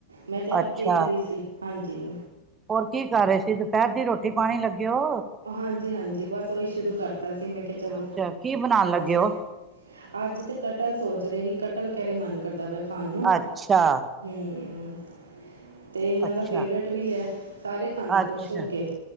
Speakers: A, on the right; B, on the right.
A: ਮੈਂ ਤਾਂ
B: ਅੱਛਾ
A: ਆਪ ਦੇਖ ਰਹੀ ਸੀ, ਹਾਂਜੀ।
B: ਹੋਰ ਕੀ ਕਰ ਰਹੇ ਸੀ, ਦੁਪਹਿਰ ਦੀ ਰੋਟੀ-ਪਾਣੀ ਲੱਗੇ ਓ?
A: ਹਾਂਜੀ-ਹਾਂਜੀ, ਬਸ ਉਹੀ ਸ਼ੁਰੂ ਕਰਤਾ ਸੀ ਮੈਂ ਕਿਹਾ ਚਲੋ,
B: ਅੱਛਾ ਕੀ ਬਣਾਉਣ
A: ਹਾਂਜੀ।
B: ਲੱਗੇ ਹੋ
A: ਅੱਜ ਤੇ ਕਟਲ ਸੋਚ ਰਹੀ ਕਟਲ ਕਹਿੰਦੇ ਮਨ ਕਰਦਾ ਪਿਆ ਖਾਣ ਨੂੰ।
B: ਅੱਛਾ
A: ਹੂੰ। ਤੇ ਇਹਨਾਂ
B: ਅੱਛਾ
A: ਦਾ ਫੇਵਰੇਟ ਵੀ ਐ, ਸਾਰੇ ਖਾਂਦੇ
B: ਅੱਛਾ
A: ਖੁਸ਼ ਹੋ ਕੇ,